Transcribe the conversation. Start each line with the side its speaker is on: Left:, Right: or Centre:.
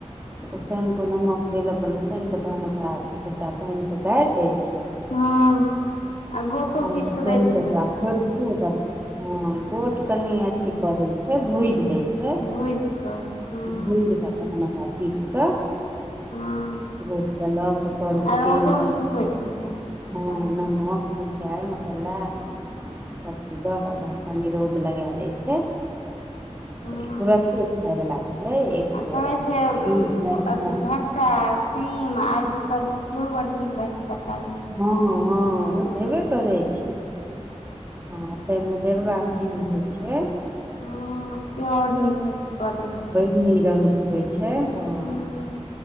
Right: उसैन कऽ नमक तेल अपन उसैन कऽ तहन ओकरा सभटा पानि के गारि दै छैय।
Left: हॅं आ गोटो
Right: आलू
Left: पीस कऽ
Right: सोहि
Left: दैत हेतै
Right: ओकरा
Left: अइ म?
Right: फोड़ि हँ गोट कनि अथी कऽ दै छै भूजि दै छै।
Left: भुजि
Right: छै
Left: कऽ हँ
Right: भूजि के तहन ओकरा पीस के
Left: हँ
Right: गोट देलक करूक
Left: आ रौदोमे
Right: तेल देलक।
Left: सुखबै छै फेर
Right: हँ
Left: <inaudible>
Right: नमक मीरचाय मसल्ला सबकिछ, दऽ कऽ तहन कनि रौद लगेए दै छै। तऽ
Left: हँ
Right: ई तुरते खायवला भेलै एक
Left: आ
Right: स
Left: कहै छै अथी
Right: <unintelligible>
Left: भट्टा सीम आलूके सब्जी सेहो बड्ड नीक लगै छै तरकारीे।
Right: हँ हँ ओ हेबे करै छै आ तहिमे डेढ़बा सीम होइ छै,
Left: हँ से आओर नीक होइ छै स्वदगर।
Right: बिगनी रंग के होइ छै हँ
Left: हूँ